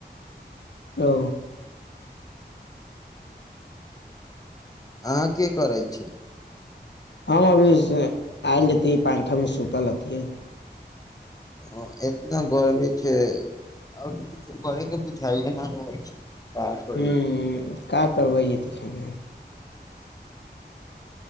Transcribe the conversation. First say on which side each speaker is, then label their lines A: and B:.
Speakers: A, on the left; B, on the left.
A: ओ
B: अहाँ की करै छी।
A: हम अभी आयल हेथिन पंखामे सुतल हथिन
B: ह एतना गर्मी छै आओर किछो करेके बुझाइए नहि रहल छै। का करी
A: हु का करबैय तिखने